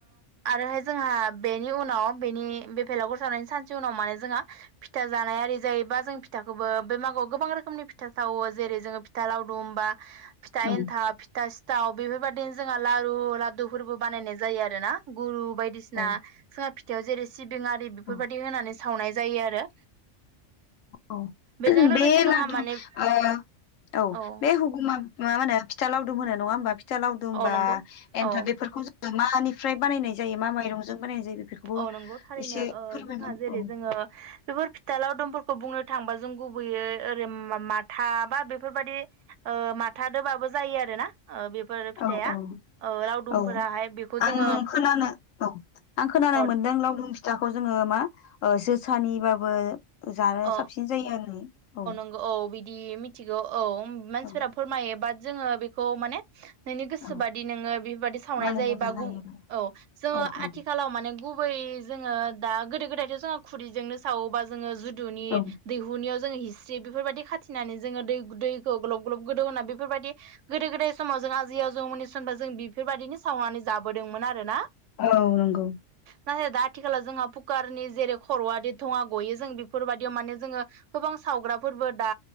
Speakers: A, on the right; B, on the left.
A: आरोहाय जोंहा बेनि उनाव बेनि बेफलाव गुरसावनायनि सानसे उनाव माने जोंहा फिथा जानाय आरि जायोबा जों फिथाखौबो बे मागोआव गोबां रोखोमनि फिथा सावो जेरै जोङो फिथा लावदुम बा फिथा
B: औ
A: एन्था सिथा सिथाव बेफोरबायदिनो जोंहा लारु लादुफोरबो बानायनाय जायो आरो ना गुरु बायदि बायदिसिना
B: औ
A: जोङा फिथाययाव जेरै सिबिं बेफोरबायदि
B: ओ
A: होनानै सावनाय जायो आरो
B: औ
A: बेजों
B: बे
A: लोगोसे
B: लादु
A: जोंहा माने
B: औ
A: औ
B: बे मा होनो फिथा लावदुम होनो नङा होमबा फिथा लावदुम होनबा
A: औ नंगौ
B: एन्थाब
A: औ
B: बेफोरखौ ज मानिफ्राय बानायनाय जायो मा माइरंजों बानायनाय जायो बेफोरखौबो
A: औ नंगौ थारैनो
B: एसे फोरमायलां
A: जोंहा जेरै
B: औ
A: जोङो बेफोर फिथा लाव दुमफोरखौ बुंनो थांबा जों गुबैयै ओरै माथा बा बेफोरबादि ओ माथा दोबाबो जायो आरो ना बेफोर फिथाइया
B: औ औ
A: रावदुमफोराहाय
B: औ
A: बेखौ
B: आं
A: जोङो।
B: खोनानो औ आं खोनानो
A: अ
B: मोनदों लावदुम फिथाखौ जोङो मा जोसानिबाबो। जानो
A: अ
B: साबसिन जायो आ नै औ।
A: औ बि बिदि मिथिगौ औ मानसिफोरा
B: औ
A: फोरमायो बाबो बाद जोङो बेखौ नोंनि गोसोबादि
B: औ
A: नोङो बेफोर बायदि सावनाय
B: बानायना
A: जायोबा
B: जानो हायो
A: औ जोङो
B: आरो
A: आथिखालाव
B: औ
A: माने गुबै जोङो दा गोदो गोदायथ' जोङो खुरैजोंनो सावोबा जोङो जुदुनि
B: औ
A: दैहुनियाव जोङो हिस्रि बेफोरबायदि खाथिनानै जोङो दै दैखौ ग्लब ग्लब गोदौ होना बेफोर बायदि गोदो गोदाय समाव जों आजैयाव जौ मनिसनबा जों बेफोरबायदिनो सावनानै जाबोदोंमोन आरो ना?
B: औ नंगौ।
A: नाथाय दा आथिखालाव जोंहा कुकारनि जेरै खर'आदि थङा गयो जों बेफोर बायदियाव माने जोङो गोबां सावग्राफोरबो दा